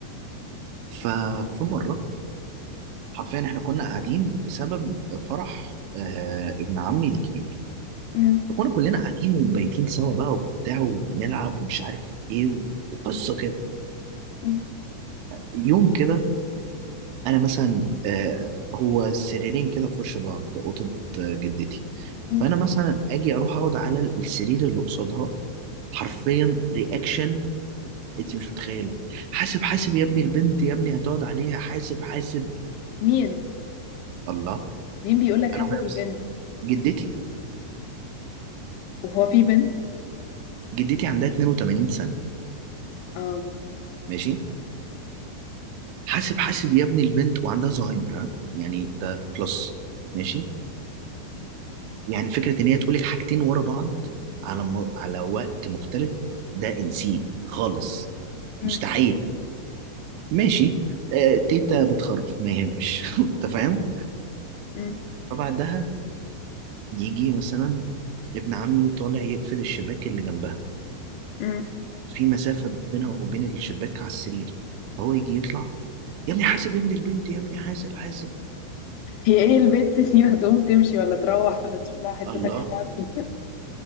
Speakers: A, on the right; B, on the left.
A: ففي مرة حرفيا إحنا كنا قاعدين بسبب فرح آه، ابن عمي الكبير
B: مم.
A: فكنا كلنا قاعدين ومبيتين سوا بقى وبتاع وبنلعب ومش عارف إيه وقصة كده
B: مم.
A: فيوم كده انا مثلا آه، هو سريرين كده في وش بعض اوضه آه، جدتي
B: مم.
A: فانا مثلا اجي اروح اقعد على السرير اللي قصادها حرفيا رياكشن انت مش متخيله حاسب حاسب يا ابني البنت يا ابني هتقعد عليها حاسب حاسب
B: مين
A: الله
B: مين بيقول لك حاسب
A: انا وهي
B: البنت
A: بس جدتي
B: وهو في بنت
A: جدتي عندها 82 سنه
B: اه
A: ماشي حاسب حاسب يا ابني البنت وعندها زهايمر ها يعني ده بلس ماشي يعني فكرة إن هي تقولك حاجتين ورا بعض على م... على وقت مختلف ده انسيه خالص
B: مم.
A: مستحيل ماشي آه، تيتا بتخرف ما يهمش <laughs> أنت فاهم؟
B: مم.
A: فبعدها يجي مثلا ابن عمي طالع يقفل الشباك اللي جنبها
B: مم.
A: في مسافة بينها وبين الشباك على السرير فهو يجي يطلع يا ابني حاسب يا ابني البنت يا ابني حاسب حاسب
B: هي ايه البنت دي هتقوم تمشي ولا تروح ولا تشوف لها حتة
A: الله
B: تانية تقعد فيها